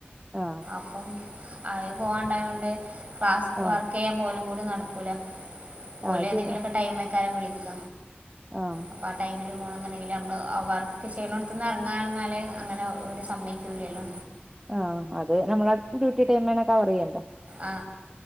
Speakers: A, on the right; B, on the right.
A: ആഹ്
B: പ്പം അഹ് പോവാണ്ടായോണ്ട് ക്ലാസ്
A: ആഹ് ആഹ്
B: വർക്ക് യ്യാൻ പോലും കൂടി നടക്കൂല. ഓലെ
A: ആഹ് ശരിയാ
B: ഏതെങ്കിലുക്കെ ടൈംക്കാരം വിളിക്ക.
A: ആഹ്
B: പ്പ ആ ടൈമിൽ പോണന്ന്ണ്ടെങ്കിൽ നമ്മൾ ആ വർക്ക് ചെയ്യണോ ത്ത്ന്ന് എർങ്ങാ ർഞ്ഞാല് അങ്ങനെ ഓല് സമ്മയ്ക്കൂലല്ലോ.
A: ആഹ് അത് നമ്മള ഡ്യൂട്ടി ടൈമന്നെ കവറയ്യല്ലോ.
B: ആ